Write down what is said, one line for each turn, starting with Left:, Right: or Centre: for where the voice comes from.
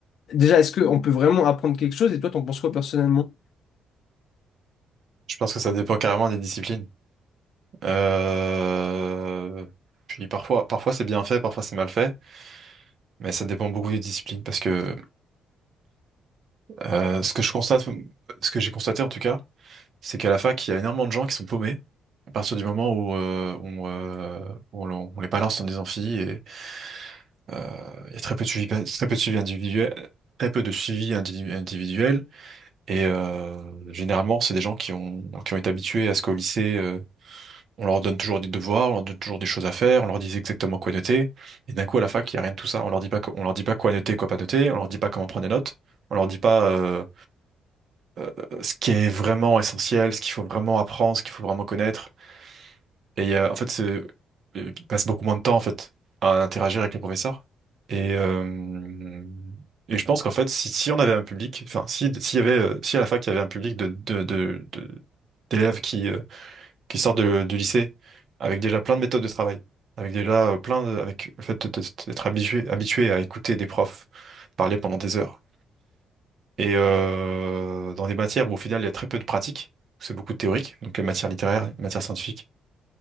Left: Déjà, est-ce qu'on peut vraiment apprendre quelque chose et toi, t'en penses quoi personnellement?
Right: Je pense que ça dépend carrément des disciplines. Euh, Puis parfois, parfois c'est bien fait, parfois c'est mal fait, mais ça dépend beaucoup des disciplines parce que euh, ce que je constate, ce que j'ai constaté en tout cas, c'est qu'à la fac, il y a énormément de gens qui sont paumés à partir du moment où euh, on, euh, où on- l'en- on les balance dans des amphis et euh, il y a très peu de suivi, très peu de suivi individuel, très peu de suivi individu- individuel et euh, généralement c'est des gens qui ont qui ont été habitués à ce qu'au lycée euh, On leur donne toujours des devoirs, on leur donne toujours des choses à faire, on leur dit exactement quoi noter. Et d'un coup, à la fac, il n'y a rien de tout ça. On leur dit pas, qu- on leur dit pas quoi noter, quoi pas noter. On leur dit pas comment prendre des notes. On leur dit pas euh, euh, ce qui est vraiment essentiel, ce qu'il faut vraiment apprendre, ce qu'il faut vraiment connaître. Et il y a- en fait, c'est, ils passent beaucoup moins de temps en fait à interagir avec les professeurs. Et, euh, et je pense qu'en fait, si, si on avait un public, enfin, si, s'il y avait, euh, si à la fac il y avait un public de, de, de, de- d'élèves qui euh, qui sortent de- du lycée avec déjà plein de méthodes de travail, avec déjà euh, plein de, avec le fait de- de- d'être habitué, habitué à écouter des profs parler pendant des heures. Et euh, dans des matières où au final il y a très peu de pratique, c'est beaucoup de théorique, donc les matières littéraires, les matières scientifiques.